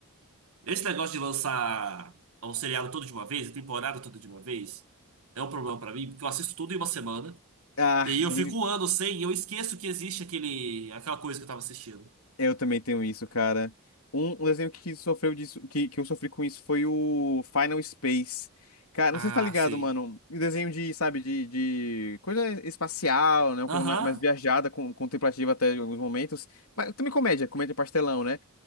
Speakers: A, on the right; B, on the left.
A: Esse negócio de lançar um seriado todo de uma vez, a temporada toda de uma vez, é um problema pra mim, porque eu assisto tudo em uma semana,
B: Ah,
A: e aí eu
B: mini-
A: fico um ano sem, e eu esqueço que existe aquele, aquela coisa que eu tava assistindo.
B: eu também tenho isso, cara. Um, um desenho que sofreu disso, que, que eu sofri com isso foi o Final Space. Cara,
A: Ah,
B: não sei se tá ligado,
A: sim.
B: mano. Um Desenho de, sabe, de, de coisa espacial, né? Uma
A: Aham,
B: coisa mais, mais viajada, com, contemplativa até em alguns momentos. Mas também comédia, comédia pastelão, né?